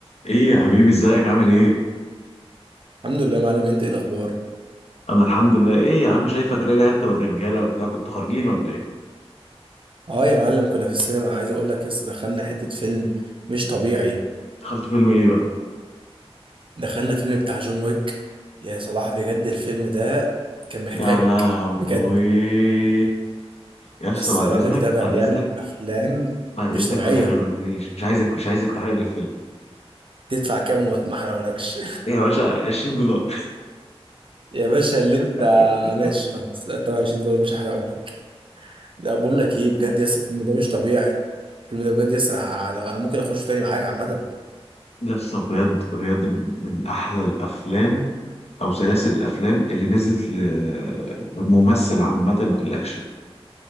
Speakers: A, on the left; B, on the right.
A: ايه يا حبيبي ازيك عامل ايه؟
B: الحمد لله يا معلم انت ايه الاخبار
A: انا الحمد لله ايه يا عم شايفك راجع انت والرجاله وبتاع كنتوا خارجين ولا ايه؟
B: اه يا معلم كنا في السينما عايز اقول لك لسه دخلنا حتة فيلم مش طبيعي
A: دخلتوا فيلم ايه بقى؟
B: دخلنا فيلم بتاع جون ويك يا صلاح بجد الفيلم ده كان محتاجك
A: يا لهوي
B: بجد
A: يا اسطى
B: بس
A: بعد
B: الراجل
A: اذنك
B: ده بقى
A: بعد
B: بيعمل
A: اذنك
B: افلام
A: بعد
B: مش
A: اذنك
B: طبيعية
A: ما تحرقليش مش عايزك مش عايزك تحرق لي الفيلم
B: تدفع كام وما احرقهولكش
A: ايه يا باشا 20 دولار
B: <laughs> يا باشا اللي انت
A: <laughs>
B: ماشي خلاص 23 دولار مش هحرقهولك لا بقول لك ايه بجد يس الفيلم ده مش طبيعي الفيلم ده بجد يس انا لو انا ممكن اخشه تاني معاك عامة
A: يا اسطى بجد بجد من احلى الافلام او سلاسل الافلام اللي نزلت ل- لممثل عامه في الاكشن